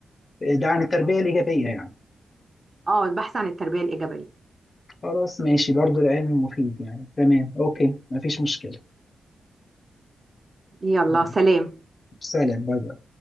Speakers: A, on the left; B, on the right.
A: ده عن التربية الإيجابية يعني
B: اه البحث عن التربية الإيجابية
A: خلاص ماشي برضو العلم مفيد يعني تمام اوكي مفيش مشكلة
B: يلا
A: باي
B: سلام
A: سلام باي باي